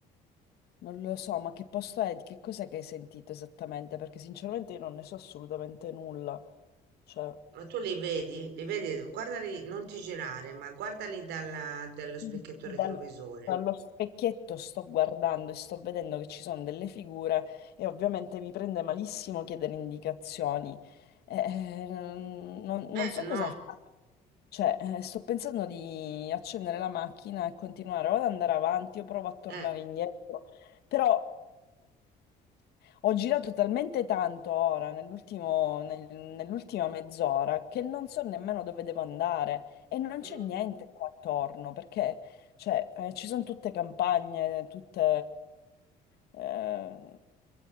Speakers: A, on the left (about 70°); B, on the right (about 85°).
A: Non lo so, ma che posto è? Di Che cos'è che hai sentito esattamente? Perché sinceramente io non ne so assolutamente nulla. Cioè,
B: ma tu li vedi, li vedi, guardali, non ti girare, ma guardali dalla, dallo specchietto
A: Sì, Dal-
B: retrovisore.
A: dallo specchietto sto guardando e sto vedendo che ci sono delle figure e ovviamente mi prende malissimo chiedere indicazioni. Eh, eh, non, non
B: Eh,
A: so
B: no,
A: cosa fare. Cioè, eh, sto pensando di accendere la macchina e continuare o ad andare avanti o provo a tornare
B: eh.
A: indietro. Però ho girato talmente tanto ora, nell'ultimo- nel- nell'ultima mezz'ora, che non so nemmeno dove devo andare e non
B: mm,
A: c'è niente qua attorno, perché cioè, eh, ci sono tutte campagne, tutte... eh,